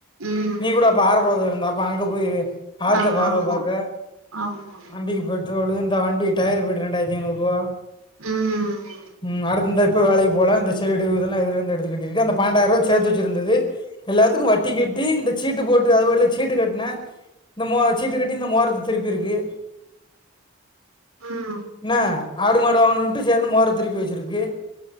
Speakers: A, on the right (about 80°); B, on the left (about 20°).
A: ம் ம்.
B: நீ கூட ஆரகுளத்துல இருந்தா அப்ப அங்க போய் ஆர்ட்ட
A: ஆமா
B: பார்வ
A: ஆமா
B: பாக்க
A: ஆமா
B: வண்டிக்கு பே ரோலு இந்த வண்டி டயர் பட்டு ரெண்டாயிரத்தி ஐநூறுரூவா
A: ம்
B: ம் அடுத்து இந்த இப்போ வேலைக்கு போல இந்த செடு இதல்லா இதலந்து எடுத்துக்கட்டி ருக்கு அந்த பன்னண்டாயமரூவா சேர்த்து வச்சிருந்தது எல்லாத்துக்கு வட்டி கட்டி இந்த சீட்டு போட்டு அது பாட்டுக்கு சீட்டு கட்டினே இந்த மூவார சீட்டுக்கட்டி இந்த மோரத்த திருப்பிருக்கு
A: ம்
B: என்ன ஆடு மாடு வாங்கணுட்டு சேரிட்டு மோரத் திருப்பி வச்சிருக்கு